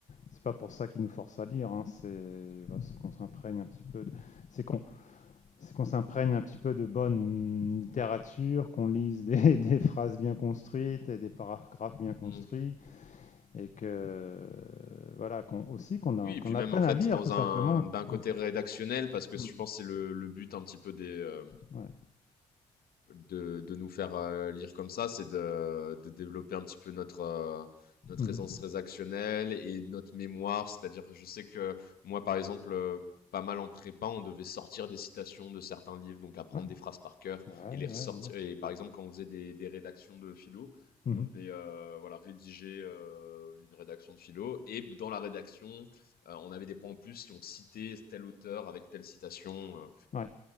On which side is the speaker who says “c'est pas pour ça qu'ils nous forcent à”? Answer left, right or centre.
Left